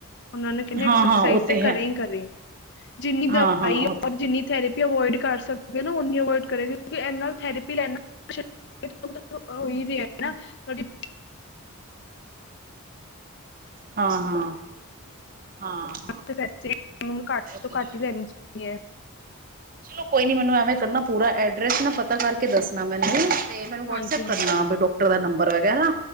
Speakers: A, on the left; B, on the right.
A: ਉਹਨਾਂ ਨੂੰ ਕਹਿੰਦੇ
B: ਹਾਂ-ਹਾਂ
A: ਐਕਸਰਸਾਈਜ਼
B: ਉਹ
A: ਤੇ
B: ਹੈ
A: ਘਰੇ ਹੀ ਕਰੇ ਜਿੰਨੀ
B: ਹਾਂ-ਹਾਂ
A: ਦਵਾਈ
B: ਉਹ ਤੇ
A: ਔਰ ਜਿੰਨੀ ਥੈਰੇਪੀ ਜਿੰਨੀ ਔਵਾਇਡ ਕਰ ਸਕਦੇ ਹੋ ਨਾ ਓਨੀ ਔਵਾਇਡ ਕਰੇ, ਕਿ ਇਹਦੇ ਨਾਲ ਥੈਰਪੀ ਲੈਣ ਨਾਲ ਹੋ ਈ ਰਿਹਾ ਨਾ ਤੁਹਾਡੀ
B: ਹਾਂ-ਹਾਂ ਹਾਂ-ਹਾਂ
A: <unintelligible> ਵੈਸੇ ਘੱਟ
B: ਉਹ
A: ਤੋਂ
B: ਤੇ ਹੈ
A: ਘੱਟ ਹੀ ਲੈਣੀ ਚਾਹੀਦੀ ਹੈ।
B: ਚਲੋ ਕੋਈ ਨੀ ਮੈਨੂੰ ਐਵੇਂ ਕਰਨਾ ਪੂਰਾ ਐਡਰੈਸ ਨਾ ਪਤਾ ਕਰਕੇ ਦੱਸਣਾ ਮੈਨੂੰ ਤੇ ਮੈਨੂੰ ਵਟਸਐਪ
A: ਹਾਂਜੀ ਹਾਂਜੀ
B: ਕਰਨਾ ਵੀ ਡਾਕਟਰ ਦਾ ਨੰਬਰ ਵਗੈਰਾ